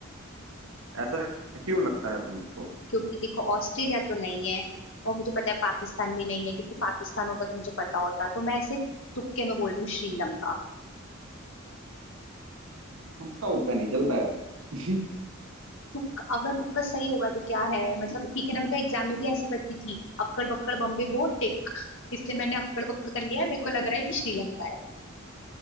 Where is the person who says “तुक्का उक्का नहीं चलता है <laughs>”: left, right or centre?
Right